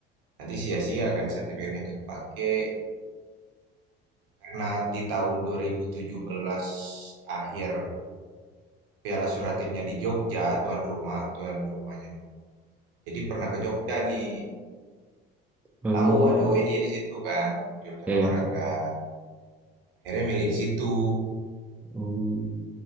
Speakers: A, on the right; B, in the centre.
A: Nanti sia-sia kan sertifikatnya nggak kepake. Karena di tahun 2017 akhir Piala Suratinnya di Jogja, tuan rumah tuan rumahnya. Jadi pernah ke Jogja nih,
B: Oh.
A: tahu ada UNY di situ kan, jurusan
B: Ya
A: olahraga.
B: ya.
A: Akhirnya milih di situ.
B: Oh,